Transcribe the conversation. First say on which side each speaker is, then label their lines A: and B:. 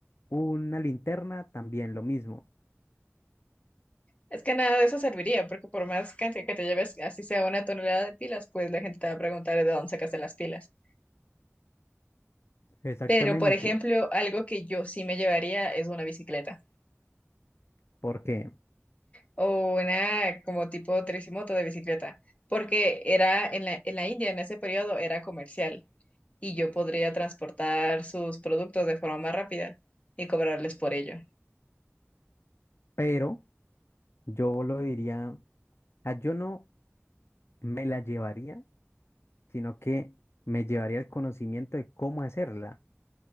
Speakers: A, on the left; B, on the left.
A: una linterna, también lo mismo.
B: es que nada de eso serviría, porque por más cantidad que te lleves, así sea una tonelada de pilas, pues la gente te va a preguntar de dónde sacaste las pilas.
A: Exactamente.
B: Pero, por ejemplo, algo que yo sí me llevaría es una bicicleta.
A: ¿Por qué?
B: o una como tipo tricimoto de bicicleta, porque era en la, en la India en ese periodo era comercial y yo podría transportar sus productos de forma más rápida y cobrarles por ello.
A: Pero yo lo diría, ah, yo no. me la llevaría, sino que me llevaría el conocimiento de cómo hacerla.